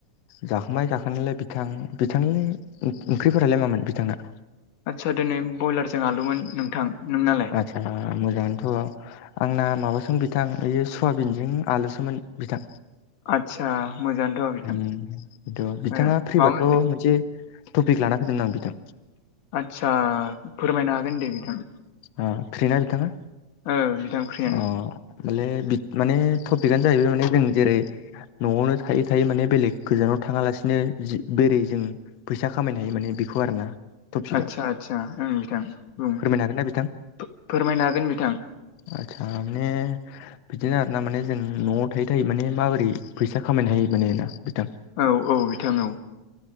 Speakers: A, on the left; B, on the left.
A: जाखांबाय जाखांनायलाय बिथां। बिथांनि ओंख्रिफोरालाय मामोन बिथांना?
B: आदसा दिनै बयलारजों आलुमोन नोंथां। नोंनालाय
A: आत्सा मोजाङानोथ' आंना माबासोमोन बिथां ओयो सवाबिनजों आलुसोमोन बिथां।
B: आदसा मोजाङानोथ' बिथां
A: उम बिथाङा
B: ओ
A: फ्रिबाथ'
B: माबा
A: मोनसे टपिक लाना फैदों आं बिथां।
B: आदसा फोरमायनो हागोन दे बिथां।
A: ओ फ्रि ना बिथाङा?
B: ओ बिथां फ्रियानो
A: अ माले माने माने टपिकआनो जाहैबाय माने जों जेरै न'आवनो थायै थायै माने बेलेग गोजानाव थाङालासिनो बोरै जों फैसा खामायनो हायो माने बेखौ आरोना। टपिकआ
B: आदसा आदसा ओं बिथां बुं
A: फोरमायनो हागोन ना बिथां
B: फोरमायनो हागोन बिथां।
A: आतसा मे बिदिनो आर ना माने जों न'आव थायो थायो माने माबोरै फैसा खामायनो हायो माने ना बिथां।
B: औ औ बिथां औ